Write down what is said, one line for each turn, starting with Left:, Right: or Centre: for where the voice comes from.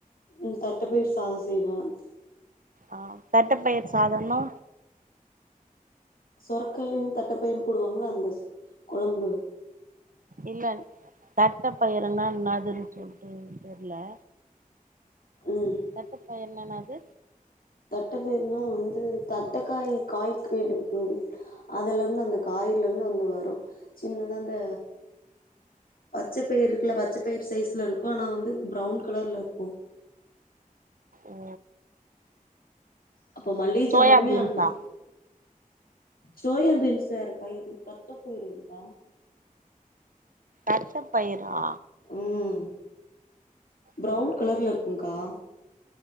Left: உம் தட்டப்பயிர் சாத செய்வேன்
Right: ஆஹ் தட்டப்பயிர் சாதனா
Left: சொரக்காயும் தட்டப்பயிறும் போடுவாங்களா அந்த ச கொழம்பு
Right: இல்ல தட்ட பயிறுனா இண்ணாதுன் சொல்ட்டு தெர்லெ
Left: ம்
Right: தட்டப்பயிர்ன் என்னாது
Left: தட்டப்பயிர்னா வந்து தட்டக்காய் காய் காய்கு எடுப்பு அதுல இருந்து அந்த காயல இருந்து வந்து வரும் சின்னதா அந்த பச்ச பயிர் இருக்குல பச்ச பயிர் சைஸ்ல இருக்கும் ஆனா வந்து ப்ரௌன் கலர்ல இருக்கும்
Right: ஓ
Left: அப்போ மல்லிக ஜாமனுமே
Right: சோயா பீன்ஸா
Left: அந்த சோயம்பீன்ஸ் வேறக்கா இது தட்டபயிறுங்கா
Right: தட்ட பயிரா
Left: ம் ப்ரௌன்
Right: ஓ
Left: கலர்ல இருக்குங்கா